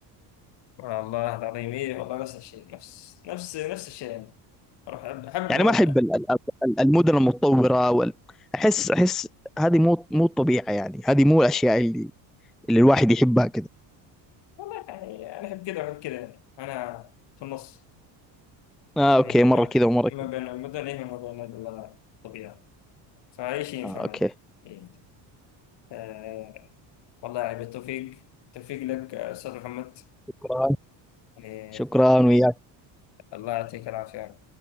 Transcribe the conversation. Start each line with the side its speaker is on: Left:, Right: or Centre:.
Left: والله العظيم إيه والله نفس الشيء نفس نفس نفس الشيء يعني أروح أحب أحب
Centre: يعني
Left: مرة
Centre: ما احب ال- ال- ال- المدن المتطوره وال... احس احس هذه مو مو الطبيعه يعني هذه مو الاشياء اللي اللي الواحد يحبها
Left: والله يعني أنا أحب كذا وأحب كذا يعني أنا في النص
Centre: اه
Left: يعني
Centre: اوكي مرة
Left: ما
Centre: كذا ومرة
Left: ما
Centre: كذا
Left: بين ما بين إيه وما بين الطبيعة فأي شيء ينفع
Centre: آه
Left: معي
Centre: اوكي
Left: إيه. آه، والله يعني بالتوفيق التوفيق لك أستاذ محمد
Centre: شكرا
Left: يعني
Centre: شكرا وياك
Left: الله يعطيك العافية